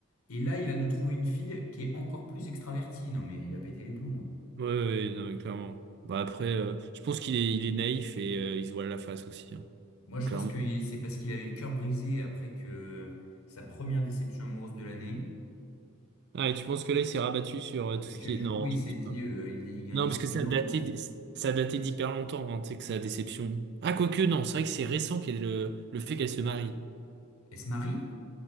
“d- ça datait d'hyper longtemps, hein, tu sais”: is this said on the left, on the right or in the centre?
Right